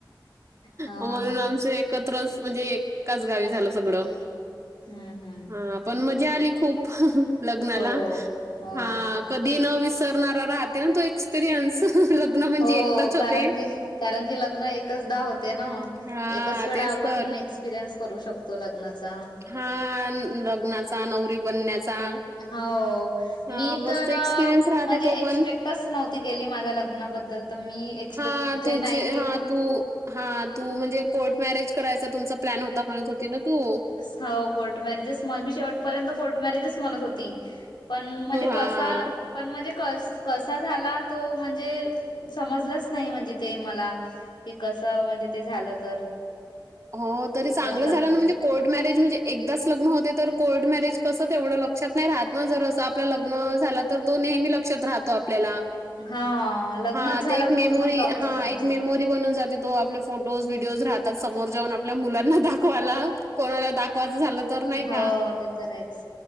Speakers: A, on the left; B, on the right.
A: हा
B: म्हणून
A: हा.
B: आमचं एकत्रच म्हणजे एकाच गावी झालं सगळं.
A: हा हा.
B: हां, पण मजा आली खूप लग्नाला,
A: हो हो.
B: हा. कधी न विसरणारा राहते ना तो एक्सपिरियन्स लग्न म्हणजे
A: हो
B: एकदाच होते.
A: कारण की कारण की लग्न एकचदा होते न.
B: हां,
A: एकच वेळा
B: तेच
A: आपण
B: तर.
A: एक्सपिरियन्स करू शकतो लग्नाचा.
B: हा लग्नाचा नवरी बनण्याचा.
A: हो,
B: हा
A: मी
B: मस्त
A: तर,
B: एक्सपिरियन्स राहते
A: म्हणजे
B: तो
A: एक्सपेक्ट
B: पण.
A: टस नव्हती गेली माझ्या लग्नाबद्दल तर मी. एक्सपेक्ट
B: हा
A: जे
B: तुझे
A: नाही केली
B: हा तू, हा तू म्हणजे कोर्ट मॅरेज करायचा तुमचा प्लॅन होता म्हणत होती न तु.
A: हवा कोर्ट मॅरेजेस म्हण मी शेवटपर्यंत कोर्ट मॅरेजेच म्हणत होती. पण म्हणजे कसा
B: हां.
A: पण म्हणजे क - कसा झाला तो म्हणजे समजलाच नाही म्हणजे ते मला. हे कसं म्हणजे ते झालं तर.
B: हो, तरी
A: एकदम
B: चांगलं झालं
A: लग्न
B: ना म्हणजे कोर्ट मॅरेज म्हणजे, एकदाच लग्न होते, तर कोर्ट मॅरेज कसं तेवढं लक्षात नाही राहत ना, जर असं आपलं लग्न झाल तर तो नेहमी लक्षात राहतो आपल्याला.
A: हा लग्नच
B: हा,
A: झाला
B: ते एक मेमोरी,
A: पूर्ण प्रॉपर
B: हा,
A: आमचं.
B: एक मेमोरी बनून जाते तो आप फोटो व्हिडिओ राहतात, समोर जाऊन आपल्या मुलांना दाखवायला, कोणाला दाखवाचं झालं तर नाही
A: हो,
B: का.
A: ते तर आहेच,